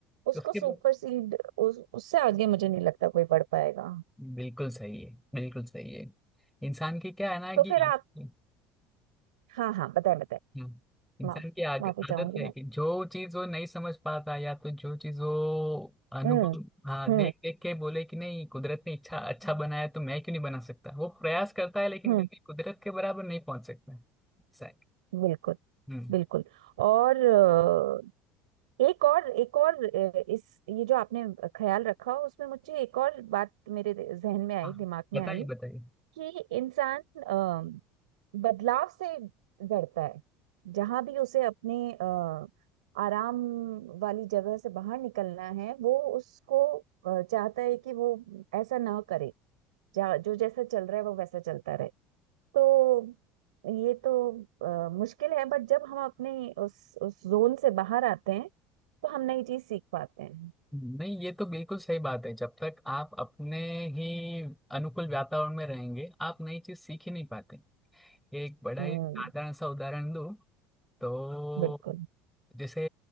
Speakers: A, on the right; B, in the centre.
A: उसको
B: उसके
A: सुपरसीड
B: बाद
A: उस, उससे आगे मुझे नहीं लगता कोई बढ़ पाएगा
B: बिल्कुल सही है बिल्कुल सही है इंसान की क्या है ना
A: तो
B: कि
A: फिर आप
B: हम्म,
A: हाँ हाँ बताए बताए
B: हम्म। इंसान
A: माफ
B: की आग-
A: माफी
B: आदत
A: चाहूंगी
B: है
A: मैं
B: कि जो चीज वो नहीं समझ पाता या तो जो चीज वो अनुभव
A: हम्म
B: हाँ
A: हम्म
B: देख देख के बोले कि नहीं कुदरत ने इच्छा अच्छा बनाया तो मैं क्यों नहीं बना सकता वो प्रयास करता है लेकिन
A: हम्म
B: कभी कुदरत के बराबर नहीं पहुंच सकता सही
A: बिल्कुल
B: हम्म
A: बिल्कुल और अ, एक और एक और अ, इस ये जो आपने ख्याल रखा उसमें मुझे एक और बात मेरे जहन में आई
B: हाँ
A: दिमाग में
B: बताइए
A: आई
B: बताइए
A: कि इंसान अ, बदलाव से डरता है जहां भी उसे अपने अ, आराम वाली जगह से बाहर निकलना है वो उसको अ, चाहता है कि वो ऐसा ना करे जा, जो जैसा चल रहा है वो वैसा चलता रहे तो ये तो अ, मुश्किल है बट जब हम अपने उस उस जोन से बाहर आते हैं तो हम नई चीज सीख पाते हैं
B: नहीं ये तो बिल्कुल सही बात है जब तक आप अपने ही अनुकूल वातावरण में रहेंगे आप नई चीज सीख ही नहीं पाते एक बड़ा
A: हम्म
B: ही साधारण सा उदाहरण दूं तो
A: बिल्कुल
B: जैसे